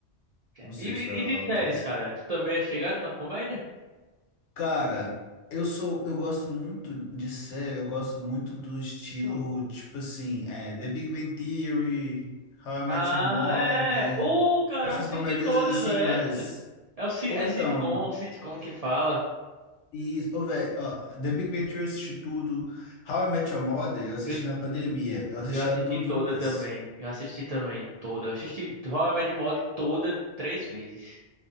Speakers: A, on the right (about 55°); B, on the left (about 85°).
A: é,
B: não sei
A: E, e-
B: se vai rolar
A: e de
B: o
A: séries,
B: Tais.
A: cara? Tu também é chegado na comédia?
B: Cara, eu sou, eu gosto muito de série, eu gosto muito do estilo,
A: Não.
B: tipo assim, é, The Big Bang Theory, How I
A: Ah,
B: Met Your Mother,
A: é. é. Uh, cara,
B: essas
A: eu assisti
B: comédias
A: todas
B: assim,
A: essas.
B: mas.
A: É o si-
B: Ou
A: é
B: então,
A: sitcom, sitcom que fala.
B: e, ô, velho, ó, The Big Bang Theory eu assisti tudo, How I Met Your Mother eu assisti
A: Eu,
B: na pandemia, eu assisti
A: eu assisti
B: ela toda
A: toda
B: em um mês.
A: também. Eu assisti também, toda. Eu assisti How I Met Your Mother toda três vezes.